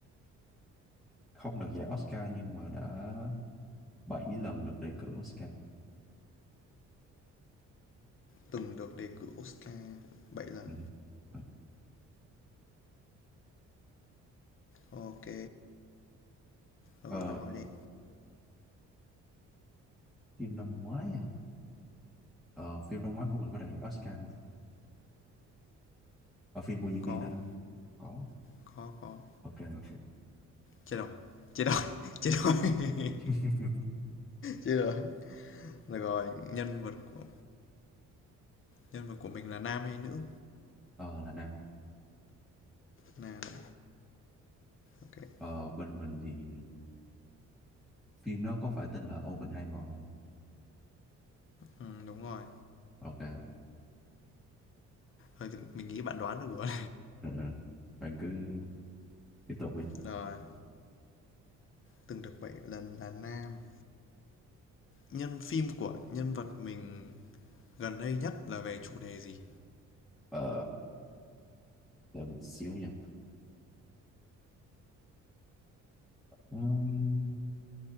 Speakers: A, in the centre; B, on the left (about 45°).
A: không được giải Oscar nhưng mà đã 7 lần được đề cử Oscar
B: Từng được đề cử Oscar 7 lần.
A: ừ. Ừ.
B: ok rồi
A: ờ
B: bạn hỏi đi.
A: phim năm ngoái à? Ờ, phim Đông Ngoái của mình có đạt giải Oscar không? Ở phim của diễn
B: Có,
A: viên đó đó. Có.
B: có, có.
A: Ok, ok.
B: chết rồi chết rồi chết rồi <laughs>
A: <laughs>
B: chết rồi được rồi nhân vật của nhân vật của mình là nam hay nữ
A: Ờ, là nè.
B: nam này ok
A: Ờ, bên mình thì phim đó có phải tên là Oppenheimer không?
B: ừ, đúng rồi
A: Ok.
B: rồi mình nghĩ bạn đoán được rồi
A: Ừ, ừ. Bạn cứ tiếp tục đi.
B: <laughs> rồi từng được bảy lần là nam nhân phim của nhân vật mình gần đây nhất là về chủ đề gì
A: Ờ, để mình xíu nha. Ừm,